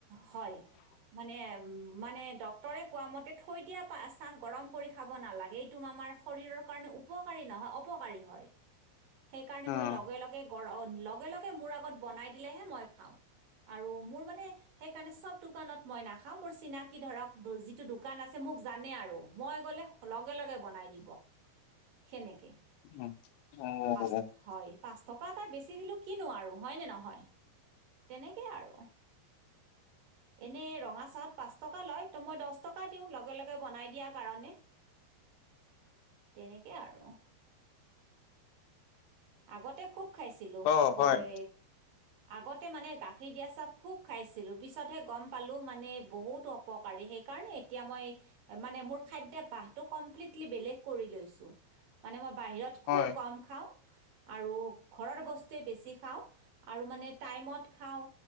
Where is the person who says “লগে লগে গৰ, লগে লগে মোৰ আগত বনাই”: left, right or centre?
Right